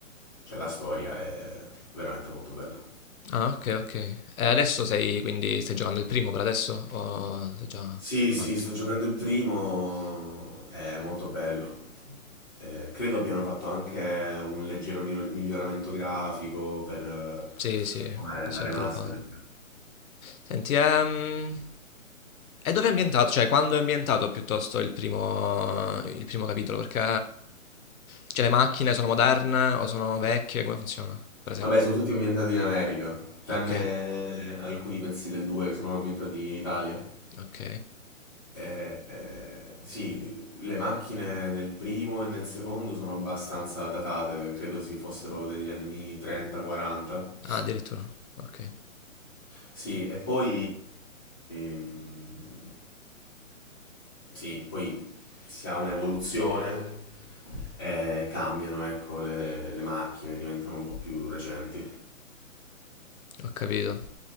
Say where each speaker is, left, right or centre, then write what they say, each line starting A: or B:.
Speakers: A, on the left; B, on the left.
A: cioè, la storia è veramente molto bella.
B: Ah, ok, ok. E adesso sei, quindi stai giocando il primo per adesso? O sei già
A: Sì, sì,
B: avanti?
A: sto giocando il primo, è molto bello. Eh, credo abbiano fatto anche un leggero mi- miglioramento grafico per eh,
B: Sì, sì,
A: come
B: di
A: la
B: solito
A: remastered.
B: lo fanno. Senti, ehm, e dove è ambientato? Cioè, quando è ambientato piuttosto il primo, il primo capitolo? Perché cioè, le macchine sono moderne o sono vecchie? Come funziona, per esempio?
A: Vabbè, sono tutti ambientati in America, tranne
B: Ok,
A: alcuni pezzi del 2 che sono ambientati in Italia.
B: ok.
A: Eh, eh, sì, le macchine nel primo e nel secondo sono abbastanza datate, credo si fossero degli anni 30-40.
B: Ah, addirittura, ok.
A: Sì, e poi... mh, Sì, poi si ha un'evoluzione, eh, cambiano, ecco, le le macchine diventano un po' più recenti.
B: Ho capito.